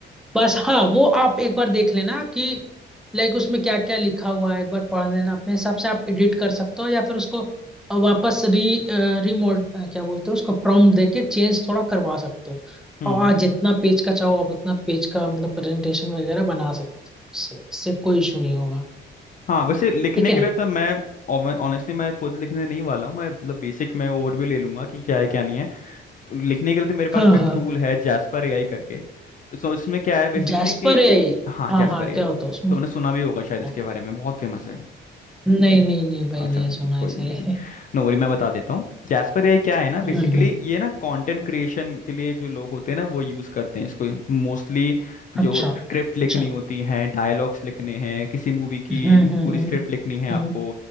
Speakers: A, in the centre; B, on the left.
A: बस हाँ वो आप एक बार देख लेना कि लाइक उसमें क्या क्या लिखा हुआ है एक बार पढ़ लेना अपने हिसाब से आप एडिट कर सकते हो या फिर उसको वापस री रिमोड क्या बोलते हो उसको प्रॉम्प्ट देके चेंज थोड़ा करवा सकते हो
B: हम्म
A: और जितना पेज का चाहो आप उतना पेज का मतलब प्रेजेंटेशन वगैरह बना सकते हो इससे इससे कोई इशू नहीं होगा
B: हाँ वैसे लिखने
A: ठीक है
B: के लिए तो मैं ऑनेस्टली मैं खुद लिखने नहीं वाला हूँ मैं मतलब बेसिक मैं ओवरव्यू ले लूंगा कि क्या है क्या नहीं है लिखने के लिए तो मेरे पास
A: हाँ
B: में एक
A: हाँ
B: टूल है जैस्पर एआई करके सो इसमें क्या है बेसिकली
A: जैस्पर
B: कि
A: है
B: हाँ
A: हाँ
B: जैस्पर
A: हाँ
B: एआई
A: क्या होता है उसमें
B: तो मैंने सुना भी होगा
A: हाँ।
B: शायद इसके बारे में बहुत फेमस है
A: नहीं नहीं नहीं भाई
B: अच्छा
A: नहीं सुना
B: कोई
A: इसलिए
B: नहीं मे बी नो वरी मैं बता देता हूँ जैस्पर एआई क्या है ना बेसिकली
A: हम्म हम्म,
B: ये ना कंटेंट क्रिएशन के लिए जो लोग होते हैं ना वो यूज करते हैं इसको मोस्टली
A: <laughs>
B: जो
A: अच्छा
B: स्क्रिप्ट लिखनी
A: अच्छा
B: होती है डायलॉग्स लिखने हैं किसी मूवी की
A: हम्म हम्म
B: पूरी
A: हम्म
B: स्क्रिप्ट लिखनी है आपको
A: हम्म।